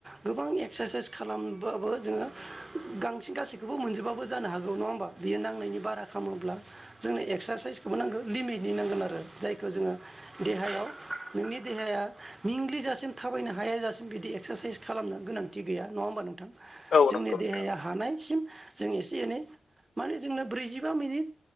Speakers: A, on the right; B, on the left.
A: गोबां एक्सारसाइस खालामबाबो जोङो गांसिन गासैखौबो मोनजोबाबो जानो हागौ नङा होमबा। बियो नांनायनि बारा खामोब्ला जोंनो एक्सारसाइसखौबो नांगौ लिमिटनि नांगोन आरो जायखौ जोङो देहायाव नोंनि देहाया मिंग्लिजासिम थाबायनो हायाजासिम बिदि एक्सारसाइस खालामनो गोनांथि गैया नङा होमबा नोंथां।
B: औ
A: जोंनि
B: नंगौ
A: देहाया
B: नोंथां
A: हानायसिम जों एसे एनै माने जोंनो ब्रैजिबा मिनिट